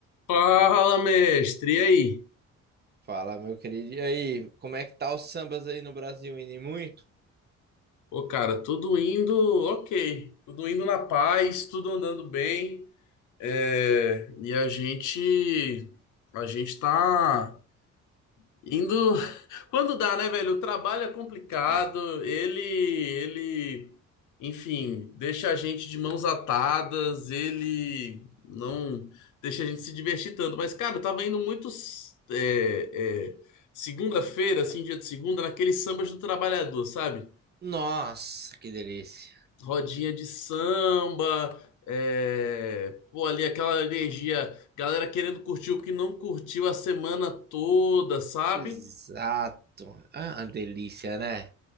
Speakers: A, on the left; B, on the right.
A: Fala, mestre, e aí?
B: Fala, meu querido. E aí, como é que tá os sambas aí no Brasil? Indo em muito?
A: Pô, cara, tudo indo ok, tudo indo na paz, tudo andando bem, é, e a gente, a gente tá Indo <laughs> quando dá, né, velho? O trabalho é complicado.
B: É.
A: Ele, ele, enfim, deixa a gente de mãos atadas. Ele não deixa a gente se divertir tanto. Mas, cara, eu tava indo muito é, é, segunda-feira, assim, dia de segunda, naqueles sambas do trabalhador, sabe?
B: Nossa, que delícia.
A: Rodinha de samba, é, pô, ali aquela energia, galera querendo curtir o que não curtiu a semana toda, sabe?
B: Exato. Ah, uma delícia, né?